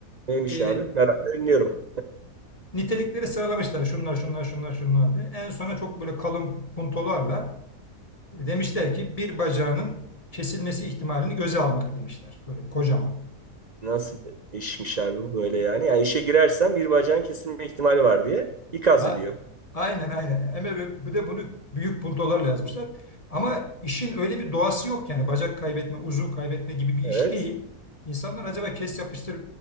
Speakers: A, on the right; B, on the left.
A: Neymiş
B: E,
A: abi? Merakla dinliyorum.
B: nitelikleri sıralamışlar. Şunlar, şunlar, şunlar, şunlar diye. En sona çok böyle kalın puntolarla Demişler ki bir bacağının kesilmesi ihtimalini göze almak demişler. Böyle kocaman.
A: Nasıl bir işmiş abi bu böyle yani? Yani işe girersem bir bacağın kesilme ihtimali var diye ikaz
B: A-
A: ediyor.
B: aynen aynen. Ama ve bu de bunu büyük puntolarla yazmışlar. Ama işin öyle bir doğası yok yani bacak kaybetme, uzuv kaybetme gibi bir
A: Evet.
B: iş değil. İnsanlar acaba kes yapıştır